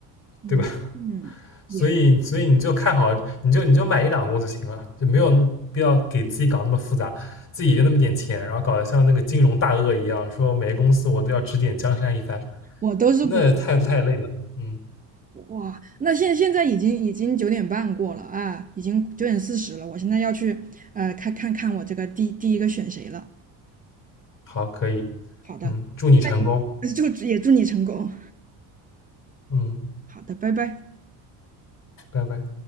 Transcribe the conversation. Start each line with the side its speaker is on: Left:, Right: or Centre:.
Right: 嗯嗯，
Left: 对吧？<laughs> 所以所以你就看好，
Right: 也，
Left: 你就你就买一两个就行了，就没有必要给自己搞那么复杂，自己就那么点钱，然后搞得像那个金融大鳄一样，说每个公司我都要指点江山一番，
Right: 我都是股。
Left: 那太太累了。嗯，
Right: 哇，那现现在已经已经九点半过了啊，已经九点四十了，我现在要去呃看看看我这个第第一个选谁了。
Left: 好，可以，
Right: 好的，
Left: 嗯，祝你成功，
Right: <laughs> 就也祝你成功。
Left: 嗯，
Right: 好的，拜拜。
Left: 拜拜。